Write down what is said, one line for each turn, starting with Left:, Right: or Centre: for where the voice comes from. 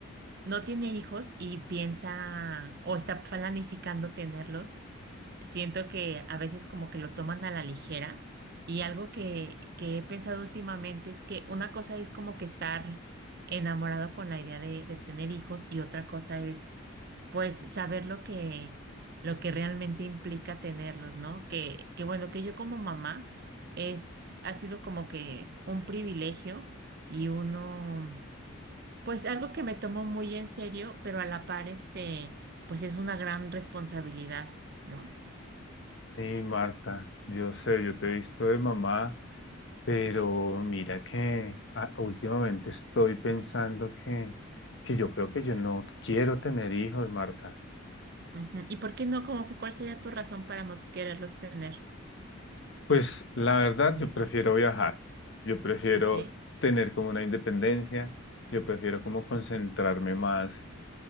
Right: no tiene hijos y piensa o está planificando tenerlos, s- siento que a veces como que lo toman a la ligera y algo que, que he pensado últimamente es que una cosa es como que estar enamorado con la idea de, de tener hijos y otra cosa es pues saber lo que, lo que realmente implica tenerlos, ¿no? Que, que bueno, que yo como mamá es, ha sido como que un privilegio y uno... Pues algo que me tomo muy en serio, pero a la par, este, pues es una gran responsabilidad, ¿no?
Left: Sí, Marta, yo sé, yo te he visto de mamá, pero mira que ah, últimamente estoy pensando que, que yo creo que yo no quiero tener hijos, Marta.
Right: Ujú. ¿Y por qué no? Como que cuál sería tu razón para no quererlos tener?
Left: Pues la verdad, yo prefiero viajar, yo prefiero
Right: Ok,
Left: tener como una independencia, yo prefiero como concentrarme más.